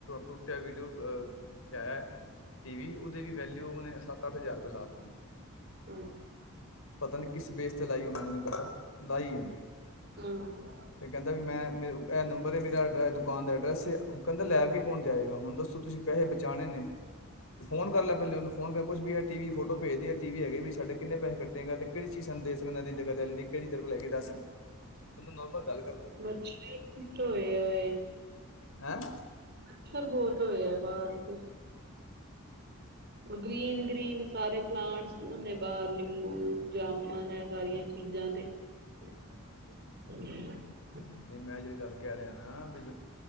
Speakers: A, on the left; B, on the right.
A: ਟੱਟਿਆ ਵੀਡੀਓ ਅਹ ਲਿਆ ਟੀ ਵੀ ਉਹਦੇ ਵੀ ਵੈਲਿਊ ਉਹਨੇ ਸੱਤ ਅੱਠ ਹਜ਼ਾਰ ਰੁਪਏ ਲਾ ਦਿੱਤੀ
B: ਹਮ
A: ਪਤਾ ਨੀ ਕਿਸ ਬੇਸ ਤੇ ਲਾਈ ਉਹ ਮੈਨੂੰ ਨੀ ਪਤਾ, ਲਾਈ ਉਹਨੇ
B: ਹਮ
A: ਤੇ ਕਹਿੰਦਾ ਵੀ ਮੈਂ ਮੇ ਇਹ ਨੰਬਰ ਪਰ ਏ ਮੇਰਾ ਐੈਡ ਦੁਕਾਨ ਦਾ ਐਡਰੈਸ ਏ ਕਹਿੰਦਾ ਲੈ ਕੇ ਕੌਣ ਜਾਏਗਾ ਹੁਣ ਦੱਸੋ ਤੁਸੀ ਪੈਸੇ ਬਚਾਉਣੇ ਨੇ ਫੋਨ ਕਰ ਲੈ ਪਹਿਲੇ ਉਹਨੂੰ ਫੋਨ ਕਰ ਪੁਛ ਵੀ ਏ ਟੀ ਵੀ ਫੋਟੋ ਭੇਜਦਿਆ ਟੀ ਵੀ ਹੈਗਾ ਵੀ ਸਾਡੇ ਕਿਨੇ ਪੈੇਹੇ ਕੱਟੇਗਾ ਤੇ ਕਿੜੀ ਚੀਜ਼ ਸਾਨੂੰ ਦੇ ਸਕਨਾ ਐਦੀ ਜਗ੍ਹਾ ਤੇ ਐਲ ਡੀ ਕਿਹੜੀ ਤੇਰੇ ਕੋਲ ਹੈਗੀ ਦੱਸ, ਉਹਨੂੰ ਨੋਰਮਲ ਗਲ
B: <unintelligible>
A: ਹੈਂ
B: ਮੱਛਰ ਬਹੁਤ ਹੋਏ ਆ ਬਾਹਰ ਤੇ ਗ੍ਰੀਨ ਗ੍ਰੀਨ ਸਾਰੇ <unintelligible> <unintelligible>
A: ਨਹੀ ਮੈਂ ਜਿਹੜੀ ਗੱਲ ਕਹਿ ਰਿਹਾ ਨਾ ਵੀ <unintelligible>